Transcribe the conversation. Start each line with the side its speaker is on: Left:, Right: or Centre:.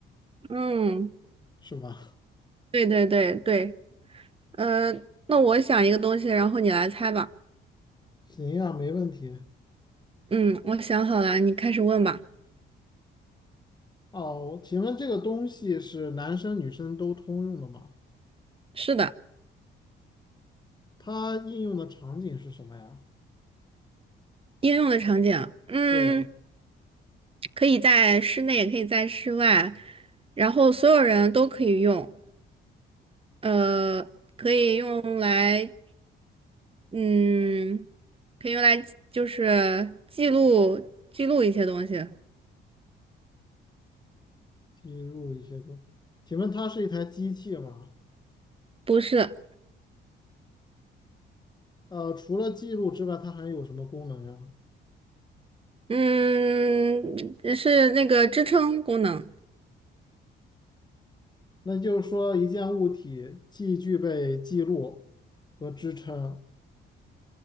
Right: <laughs>，嗯，
Left: 是吧？
Right: 对对对对，呃，那我想一个东西，然后你来猜吧。
Left: <laughs> 行呀，没问题。
Right: 嗯，我想好了，你开始问吧。
Left: 哦，请问这个东西是男生女生都通用的吗？
Right: 是的，
Left: 它应用的场景是什么呀？
Right: 应用的场景，嗯，
Left: 对，
Right: 可以在室内，也可以在室外，然后所有人都可以用，呃，可以用来嗯，可以用来就是记录记录一些东西，
Left: 记录一些东。请问它是一台机器吗？
Right: 不是，
Left: 呃，除了记录之外，它还有什么功能呀？
Right: 嗯，是那个支撑功能，
Left: 那就是说，一件物体既具备记录和支撑。